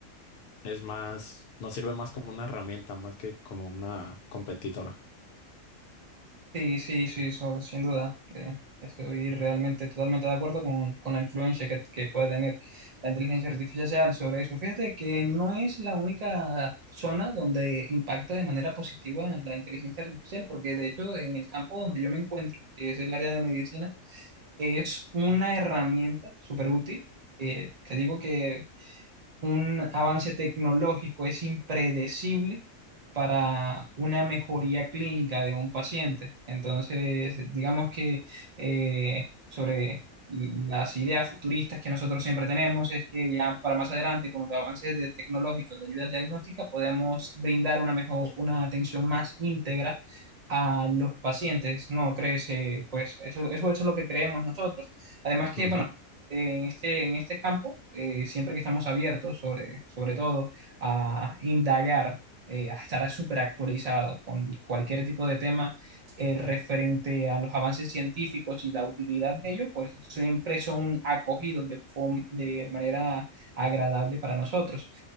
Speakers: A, on the left; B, on the right.
A: es más, nos sirve más como una herramienta, más que como una competidora.
B: Sí, sí, sí, eso, sin duda. Eh, estoy realmente totalmente de acuerdo con, con la influencia que, que puede tener la inteligencia artificial sobre eso. Fíjate que no es la única zona donde impacta de manera positiva la inteligencia artificial, porque de hecho en el campo donde yo me encuentro, que es el área de medicina, es una herramienta súper útil. Eh, te digo que un avance tecnológico es impredecible para una mejoría clínica de un paciente. Entonces, digamos que eh, sobre las ideas futuristas que nosotros siempre tenemos es que ya para más adelante, con los avances de- tecnológicos de ayuda diagnóstica, podemos brindar una mejor, una atención más íntegra a los pacientes, ¿no crees? Eh, pues eso, eso, eso es lo que creemos nosotros. Además que,
A: Ujú,
B: bueno, en este, en este campo, eh, siempre que estamos abiertos, sobre, sobre todo, a indagar, eh, a estar súper actualizados con cualquier tipo de tema eh, referente a los avances científicos y la utilidad de ellos, pues siempre son acogidos de, fom- de manera agradable para nosotros.